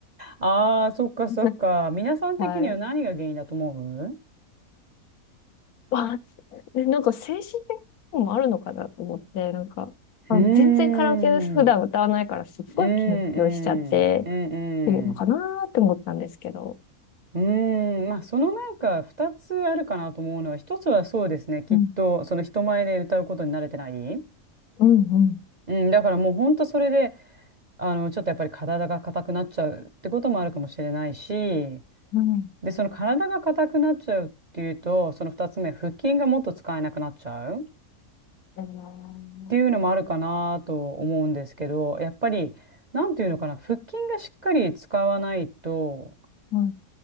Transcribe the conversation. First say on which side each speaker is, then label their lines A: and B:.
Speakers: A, on the right; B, on the left.
A: ああ、そっかそっか。
B: <laughs>
A: 皆さん的には何が原因だと思う
B: はい。わあ、えなんか精神的なともあるのかなと思って、なんか、あの全然カラオケで普段歌わないからすっごい緊張しちゃって、
A: うーん、うん、うん、うん、う
B: っていうのかなーって思ったんですけど。
A: んうーん、まあそのなんか二つあるかなと思うのは一つはそうですねきっとその人前で歌うことに慣れてない、
B: うん、うん、うん。
A: うん、だからもうほんとそれであのちょっとやっぱり体が硬くなっちゃうってこともあるかもしれないし
B: うん
A: でその体が硬くなっちゃうっていうとその二つ目腹筋がもっと使えなくなっちゃう
B: えー、
A: っていうのもあるかなと思うんですけど、やっぱり、なんていうのかな、腹筋がしっかり使わないと、
B: うん、